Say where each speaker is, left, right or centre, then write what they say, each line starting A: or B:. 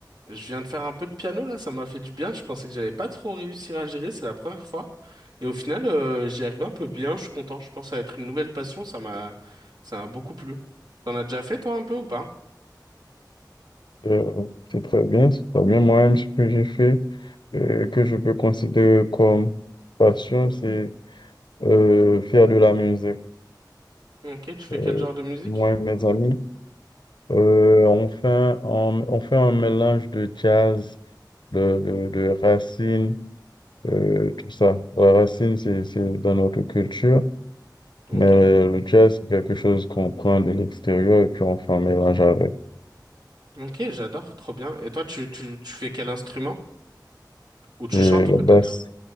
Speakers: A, on the right; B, on the left.
A: Je viens de faire un peu de piano là, ça m'a fait du bien. Je pensais que j'allais pas trop réussir à gérer, c'est la première fois. Et au final, euh, j'y arrive un peu bien, je suis content. Je pense que ça va être une nouvelle passion, ça m'a ça m'a beaucoup plu. T'en as déjà fait toi un peu ou pas?
B: Euh, c'est très bien, c'est très bien. Moi-même, ce que j'ai fait, euh, que je peux considérer comme passion, c'est euh, faire de la musique.
A: Ok, tu fais
B: Euh,
A: quel genre de musique?
B: moi et mes amis, euh, on fait, un- on, on fait un mélange de jazz, de, de, de racines, euh, tout ça. La racine, c'est, c'est dans notre culture,
A: Ok.
B: mais le jazz, c'est quelque chose qu'on prend de l'extérieur et puis on fait un mélange avec.
A: Ok, j'adore, trop bien. Et toi, tu, tu, tu fais quel instrument? Ou tu
B: Et
A: chantes
B: le
A: peut-être?
B: basse,